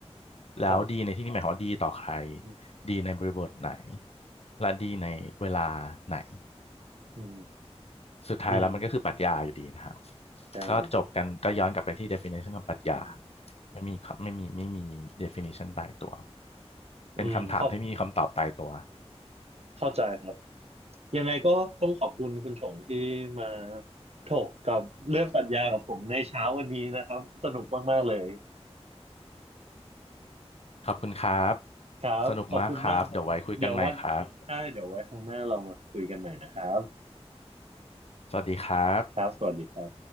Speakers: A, on the left; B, on the right.
A: แล้วดีในที่นี้หมายความว่าดีต่อใคร
B: ครับอืม
A: ดีในบริบทไหนและดีในเวลาไหน
B: อืม
A: สุดท้ายแล้วมันก็คือปรัชญาอยู่ดีนะครับ
B: อืมอ่า
A: ก็จบกันก็ย้อนกลับไปที่ definition ของปรัชญา
B: อืม
A: ไม่มีครับไม่มีไม่มี definition ตายตัว
B: อืมขอบ
A: เป็นคำถามที่ไมมีคำตอบตายตัว
B: เข้าใจครับ ยังไงก็ต้องขอบคุณคุณชงที่มาถกกับเรื่องปรัชญากับผมในเช้าวันนี้นะครับ สนุกมากๆเลย
A: ขอบคุณครับ
B: ครับ
A: สนุกมากครับ
B: ขอบคุณมาก
A: เดี๋ยวไว้คุยกันใหม่ครับ
B: เดี๋ยววันใช่เดี๋ยวไว้ครั้งหน้าเรามาคุยกันใหม่นะครับ
A: สวัสดีครับ
B: ครับสวัสดีครับ